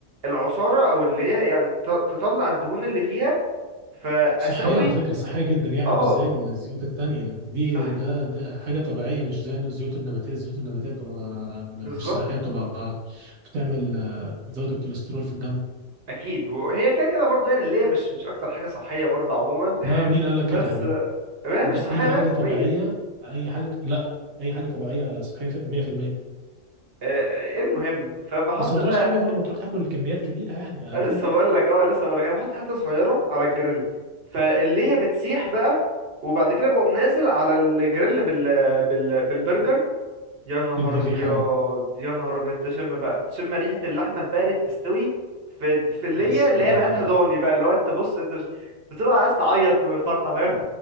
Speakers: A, on the right; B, on the right.
A: العصارة او اللي هي يعني ت- تطلع الدهون اللي فيها فاسوي
B: صحية على فكرة صحية جدا يعني
A: اه
B: مش زي الزيوت التانية دي
A: صح
B: ده, ده حاجة طبيعية مش زي الزيوت النباتية الزيوت النباتية بتبقى مش
A: بالظبط
B: صحية بتبقى بتعمل آه، بتزود الكوليسترول في الدم
A: اكيد وهي كده كده برضه يعني اللي هي مش مش اكتر حاجه صحيه برضه عموما
B: لا مين قال لك كده
A: بس
B: يا حبيبي
A: آه، ما
B: ده
A: هي مش صحيه
B: أي
A: 100%
B: حاجة طبيعية أي حاجة لا أي حاجة طبيعية صحية في- 100%
A: آه، إيه المهم فبحط
B: بس ما
A: بقى
B: تبقاش غبي
A: حته
B: برضه تروح تاكل كميات كبيرة يعني
A: أنا
B: أكيد
A: لسه بقول لك اه لسه بقول لك أنا بحط حته صغيره على الجريل فاللي هي بتسيح بقى وبعد كده بقوم نازل على الجريل بال... بال... بالبرجر يا نهار
B: تدي الريحة
A: ابيض
B: بقى
A: يا نهار ابيض تشم بقى تشم ريحه اللحمه البارد تستوي في في اللي
B: يا
A: هي
B: اسطى
A: اللي هي ريحتها ضاني بقى اللي هو انت بص انت مش- بتبقى عايز تعيط من الفرحه فاهم